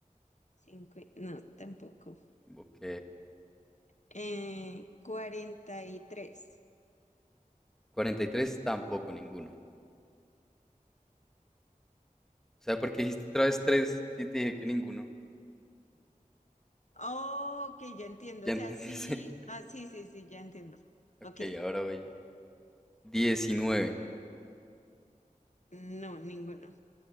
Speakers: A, on the left (about 55°); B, in the centre.
A: Cincu- no, tampoco.
B: Ok.
A: Eh, 43.
B: cuarenta y tres tampoco ninguno. O sea, porque dijiste otra vez 3, sí te dije que ninguno.
A: Oh, Ok, ya entiendo.
B: Ya
A: O
B: entendiste.
A: sea, sí.
B: <laughs>
A: Ah, sí, sí, sí, ya entiendo.
B: Ok,
A: Ok.
B: ahora voy yo. Diecinueve,
A: No, ninguno.